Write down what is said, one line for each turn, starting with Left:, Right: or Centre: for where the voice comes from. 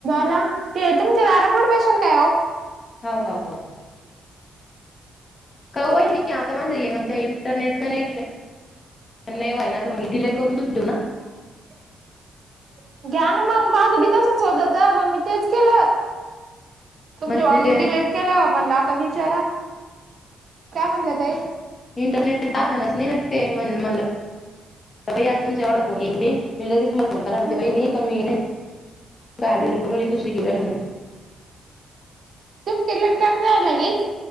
Right: ला ते तुमचे दारापोट बशल काय हो.
Left: हो काय. नाही आता माझ म्हग त्या इंटरनेट कनेक्शन नाही वा्हा आहे ना आता मग डिलेट करून दूस देऊ ना.
Right: <unintelligible> घ्या ना मग माझं बी तसच होतत मग मी तेच केलं. तुमच्या
Left: म्हणजे
Right: बा
Left: ते
Right: डिलेट केलं म्हणलं आता विचारा काय म्हणलं तई.
Left: इंटरनेट दाखवणच नाही ते म्हण आता तुमचा एवढा फोन येन बिन. मिल कीच तुला कोणता
Right: हम्म
Left: नव्हती बाही नाही कमीी नाही काय अटट
Right: हम्म
Left: दुसरी घेऊ.
Right: तुमट लट करताय लगेच.